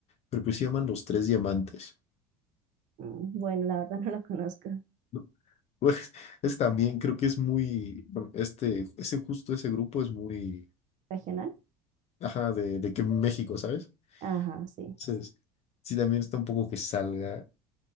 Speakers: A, on the left; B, on the right.
A: pero que se llaman Los Tres Diamantes.
B: Mm, Bueno, la verdad <laughs> no lo conozco.
A: ¿no? <laughs> Pues, es también, creo que es muy, bueno, este, ese justo, ese grupo es muy,
B: ¿Regional?
A: ajá, de, de que México, ¿sabes?
B: Ajá, sí,
A: Entonces, sí, también está un poco que salga,